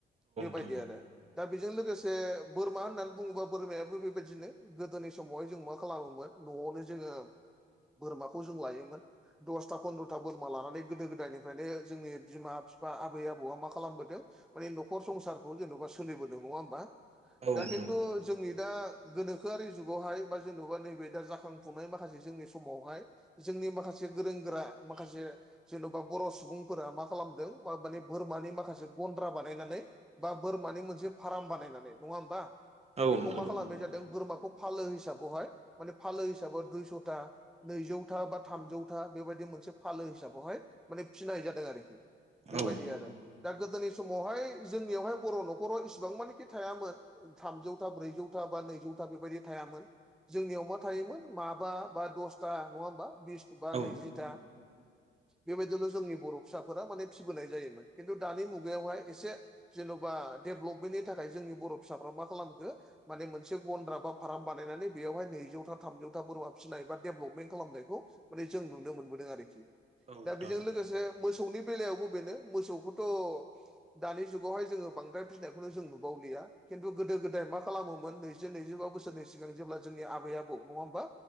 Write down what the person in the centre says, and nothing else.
बेबायदि
आरो। दा बेजों लोगोसे बोरमा होननानै बुङोबा बोरमायाबो बेबायदिनो। गोदोनि समावहाय जों मा खालामोमोन न'आवनो जोङो। बोरमाखौ जों लायोमोन दसथा फन्द्रथा बोरमा लानानै गोदो गोदायनिफ्रायनो जोंनि बिमा बिफा आबै आबौआ मा खालामबोदों। माने न'खर संसारखौ जेन'बा सोलिबोदों नङा होमबा
दा खिन्थु
जोंनि दा गोनोखोआरि जुगावहाय बा जेन'बा नैबे दा जाखांफुनाय माखासे जोंनि समावहाय जोंनि माखासे गोरों गोरा माखासे जेन'बा बर' सुबुं फोर मा खालामदों माने बोरमानि माखासे गन्द्रा बानायनानै। बा बोरमानि मोनसे फार्म बानायनानै नङा होमबा
बेखौ
मा खालामनाय जादों बोरमाखौ। फालो हिसाबावहाय माने फालो हिसाबाव दुइस'था नैजौथा बा थामजौथा बेबायदि मोनसे फालो हिसाबावहाय माने फिनाय जाथ जादों आरोखि बेबायदि
आरो दा गोदोनि समावहाय जोंनियावहाय बर' न'खराव इसिबां मानखि थायामोन। थामजौथा ब्रैजौथा बा नैजौथा बेबायदि थायामोन जोंनियाव मा थायोमोन माबा बा दसथा नङा होमबा बिस बा
नैजिथा बेबायदिनो जोंनि बर' फिसाफोरा माने फिबोनाय जायोमोन खिन्थु दानि मुगायावहाय एसे जेन'बा डेभलपमेन्टनि थाखाय जोंनि बर' फिसाफ्रा मा खालामखो। माने मोनसे गन्द्रा बा फार्म बानायनानै बेवहाय नैजौथा थामजौथा बोरमा फिसिनाय बा डेभलपमेन्ट खालामनायखौ। माने जों नुनो मोनबोदों आरोखि
दा बेजों लोगोसे मोसौनि बेलायावबो बेनो मोसौखौथ'। दानि जुगावहाय जोङो बांराय फिनायखौनो जों नुबावलिया खिन्थु गोदो गोदाय मा खालामोमोन नै जि नैजिबा बोसोरनि सिगां जेब्ला जोंनि आै आबौ नङा होमबा।